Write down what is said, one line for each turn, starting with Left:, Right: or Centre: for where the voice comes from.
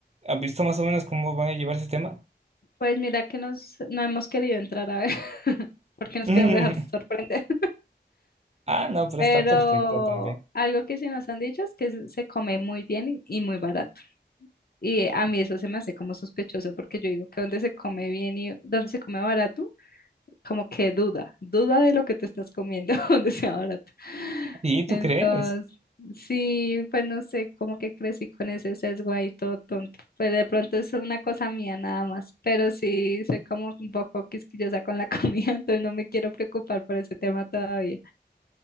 Right: ¿han visto más o menos cómo van a llevar ese tema?
Left: Pues mira que nos, no hemos querido entrar a ver, <laughs> porque nos
Right: <laughs>
Left: queremos dejar sorprender.
Right: Ah, no, pero
Left: Pero
Right: está perfecto también.
Left: algo que sí nos han dicho es que se come muy bien y y muy barato. Y a mí eso se me hace como sospechoso porque yo digo que donde se come bien y donde se come barato, como que duda, duda de lo que te estás comiendo <laughs> donde sea barato.
Right: ¿Y tú
Left: Entonces,
Right: crees?
Left: sí, pues no sé, como que crecí con ese sesgo ahí todo tonto. Pues de pronto es una cosa mía nada más, pero sí soy como un poco quisquillosa con la <laughs> comida, entonces no me quiero preocupar por ese tema todavía.